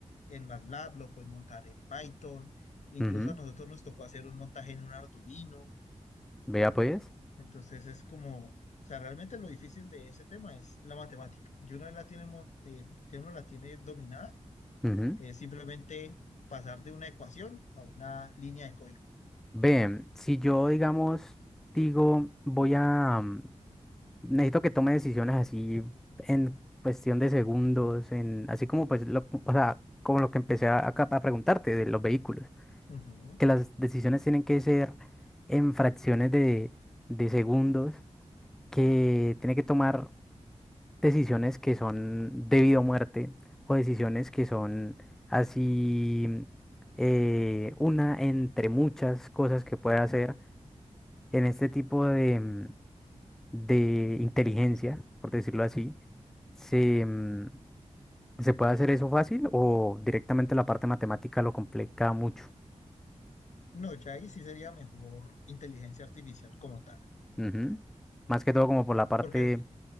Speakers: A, on the left (about 75°); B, in the centre.
A: en MATLAB, lo puedes montar en Python, incluso
B: Ujú,
A: a nosotros nos tocó hacer un montaje en un Arduino,
B: Vea pues.
A: entonces es como, o sea, realmente lo difícil de ese tema es la matemática. Y una vez la tiene, mo- eh, que uno la tiene dominada,
B: Ujú.
A: Es simplemente pasar de una ecuación a una línea de código.
B: Ven, si yo, digamos, digo, voy a, Necesito que tome decisiones así en cuestión de segundos, en, así como pues lo, o sea, como lo que empecé a, acá a preguntarte de los vehículos,
A: Ujú.
B: que las decisiones tienen que ser en fracciones de, de segundos, que tiene que tomar decisiones que son de vida o muerte, o decisiones que son así eh, una entre muchas cosas que puede hacer en este tipo de de inteligencia, por decirlo así, se, mm, se puede hacer eso fácil o directamente la parte matemática lo complica mucho.
A: No, ya ahí sí sería mejor inteligencia artificial como tal.
B: Ujú. Más que todo como por la parte
A: Porque,